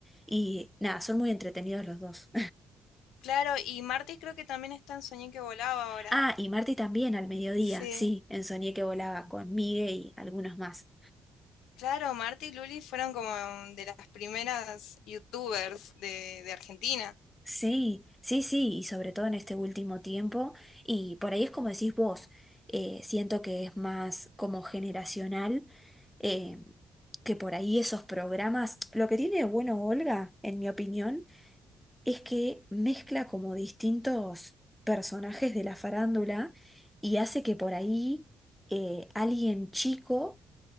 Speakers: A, in the centre; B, on the left (about 85°).
A: y nada, son muy entretenidos los dos.
B: Claro, y Marty creo que también está en Soñé que volaba ahora.
A: Ah, y Marty también al mediodía,
B: Sí.
A: sí, en Soñé que volaba con Migue y algunos más.
B: Claro, Marty y Luli fueron como de las primeras youtubers de, de Argentina.
A: Sí, sí, sí, y sobre todo en este último tiempo, y por ahí es como decís vos, eh, siento que es más como generacional, eh, que por ahí esos programas, lo que tiene de bueno Olga, en mi opinión, es que mezcla como distintos personajes de la farándula y hace que por ahí eh, alguien chico